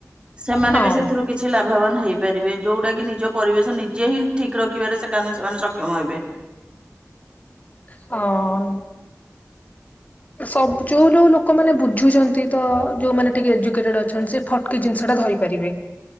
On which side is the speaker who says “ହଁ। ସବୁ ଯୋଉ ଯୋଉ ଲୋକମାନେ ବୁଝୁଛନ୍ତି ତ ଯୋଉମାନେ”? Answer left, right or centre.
Left